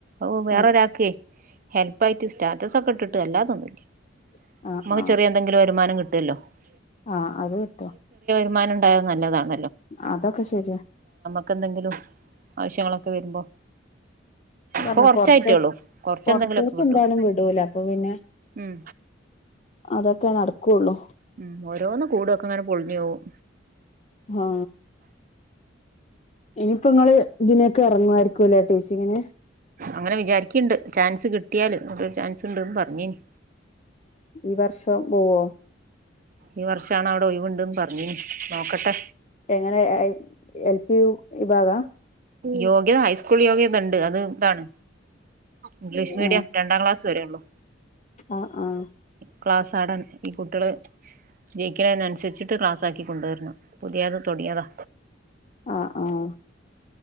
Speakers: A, on the right (about 45°); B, on the left (about 35°).
A: ഓ വേറെ
B: ആ
A: ഒരാക്ക് ഹെൽപ്പായിട്ട് ചെ സ്റ്റാറ്റസ് ഒക്കെ ഇട്ട് അല്ലാതൊന്നുല്ല
B: ആ
A: നമുക്ക്
B: ആ
A: ചെറിയ എന്തെങ്കിലും വരുമാനം കിട്ടും <unintelligible>
B: ആ അത് കിട്ടോ
A: വരുമാനണ്ടായ നല്ലതാണ്
B: അതൊക്കെ ശരിയാ
A: ക്ക് എന്തെങ്കിലും ആവശ്യങ്ങളൊക്കെ വരുമ്പോ
B: പറഞ്ഞ
A: ഇപ്പൊ കൊറച്ചായിട്ടേള്ളൂ
B: പുറത്തേക്ക്
A: കൊറച്ചെന്തെങ്കിലുമൊക്കെ
B: പൊറത്തേക്ക്
A: കിട്ടും
B: എന്തായാലും വിടൂല അപ്പൊ പിന്നെ
A: ഉം
B: അതൊക്കെ നടക്കുള്ളൂ
A: ഉം ഓരോന്ന് കൂടും ഒക്കെ ങ്ങനെ പൊളിഞ്ഞോവും
B: ആ ഇനിയിപ്പോ ങ്ങള് ഇതിനൊക്കെ ഇറങ്ങുവായിരിക്കുവല്ലേ
A: അങ്ങനെ വിചാരിക്ക്ണ്ട് ചാൻസ് കിട്ടിയാല് ഒരു ചാൻസ് ഉണ്ട്ന്ന് പറഞ്ഞീനി
B: ഈ വർഷം <unintelligible>
A: ഈ വർഷാണവിടെ ഒഴിവ്ണ്ടന്ന് പറഞ്ഞീനി നോക്കട്ടെ
B: എങ്ങനെ എൽ പി യു ഈ ഭാഗ
A: യോഗ്യത ഹൈസ്കൂൾ യോഗ്യത ഉണ്ട് അത് എതാണ് ഇംഗ്ലീഷ് മീഡിയം
B: ആഹ്
A: രണ്ടാംക്ലാസ് ത് വരെ ഉള്ളൂ
B: ആഹ് ആഹ്
A: ക്ലാസ്സാടാൻ ഈ കുട്ടികള് ജയിക്കണന്നുസരിച്ചിട്ട് ക്ലാസ് ആക്കി കൊണ്ടുവരണം പുതിയത് തുടിയതാണ്
B: ആഹ് ആഹ്